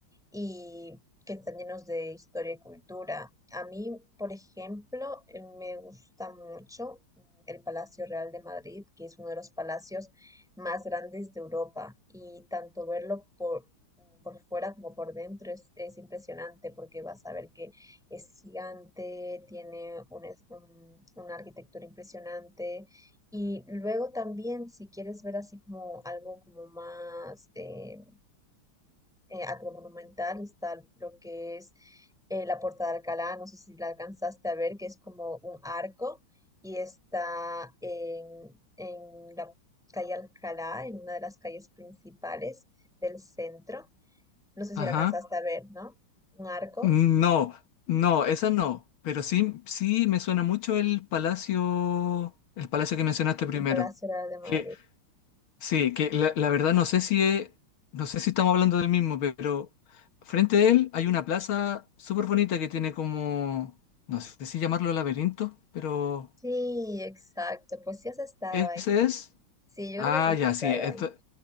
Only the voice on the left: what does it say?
Ajá.
No, no, esa no. Pero sí, sí me suena mucho el palacio, el palacio que mencionaste primero.
Que, sí, que la, la verdad no sé si es- no sé si estamos hablando del mismo, pero frente a él hay una plaza súper bonita que tiene como, no sé si llamarlo laberinto, pero
ese
es.
Ah,
ya, sí,
esto-